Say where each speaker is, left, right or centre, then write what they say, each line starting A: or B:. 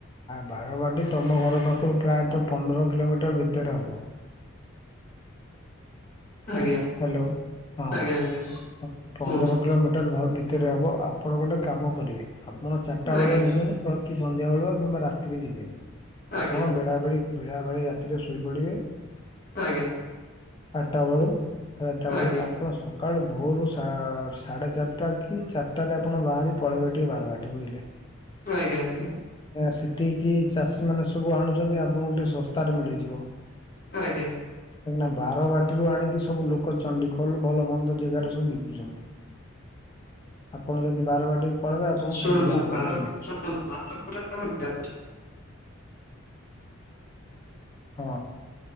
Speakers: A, on the left (about 20°); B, on the left (about 40°).
A: ବାରବାଟୀ ତମ ଘର ପାଖରୁ ପ୍ରାୟତଃ ପନ୍ଦର କିଲୋମିଟର ଭିତରେ ହେବ ।
B: ଆଜ୍ଞା
A: ହାଲୋ, ହଁ,
B: ଆଜ୍ଞା ଆଜ୍ଞା
A: ପନ୍ଦର
B: କୁହନ୍ତୁ
A: କିଲୋମିଟର ଭ ଭିତରେ ହବ, ଆପଣ ଗୋଟେ କାମ କରିବେ। ଆପଣ ଚାରିଟା
B: ଆଜ୍ଞା
A: ବେଳୁଆ ଯିବେନି, ସନ୍ଧ୍ୟା ବେଳା କିମ୍ବା ରାତିରେ ଯିବେନି,
B: ଆଜ୍ଞା।
A: ଆପଣ ବେଳାବେଳି ରାତିରେ ଶୋଇ ପଡ଼ିବେ ।
B: ଆଜ୍ଞା ।
A: ଆଠଟା ବେଳୁ, ସାଢେ ଆଟା ବେଳୁ,
B: ଆଜ୍ଞା
A: ଆପଣ ସକାଳୁ ଭୋରୁ ସାଢ଼େ ଚାରିଟା କି ଚାରିଟାରେ ଆପଣ ବାହାରି ପଳେଇବେ ଟିକେ ବାରବାଟୀ ବୁଝିଲେ ।
B: ଆଜ୍ଞା ଆଜ୍ଞା ।
A: ସେଠିକି ଚାଷୀ ମାନେ ସବୁ ଆଣୁଛନ୍ତି ଆଉ ଆପଣଙ୍କୁ ଟିକେ ଶସ୍ତାରେ ମିଳିଯିବ
B: ଆଜ୍ଞା
A: କହି ବାରବାଟୀରୁ ଆଣିକି ସବୁ ଲୋକ ଙ୍କ ଚଣ୍ଡିଖୋଲ ଭଲବନ୍ଦ ଜାଗାରେ ସବୁ ବିକୁଛନ୍ତି। ଆପଣ ଯଦି ବାରବାଟୀ ପଳେଇବେ ଆପଣଙ୍କୁ
B: ଶୁଣନ୍ତୁ
A: ସୁବିଧା ହବ
B: ବାର
A: ବୁଝିଲେ
B: <unintelligible> ଆପଣଙ୍କ
A: ହଁ